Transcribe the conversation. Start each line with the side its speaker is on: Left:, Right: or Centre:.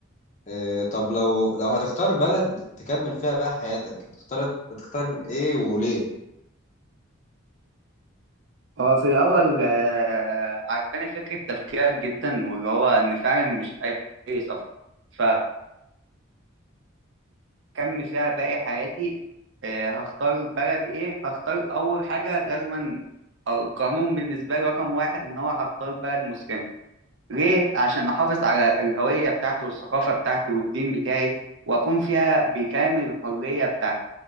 Left: إيه، طب لو لو هتختار بلد تكمل فيها بقى حياتك هتختار هتختار ايه وليه
Right: هو في الأول آه، عجباني فكرة تفكيرك جدا واللي هو إن فعلا مش أي أي سفر ف اكمل فيها باقي حياتي آه، هختار بلد ايه هختار اول حاجه لازما القانون بالنسبه لي رقم واحد ان هو هختار بلد مسلمه ليه عشان احافظ على الهويه بتاعتي والثقافه بتاعتي والدين بتاعي واكون فيها بكامل الحريه بتاعتي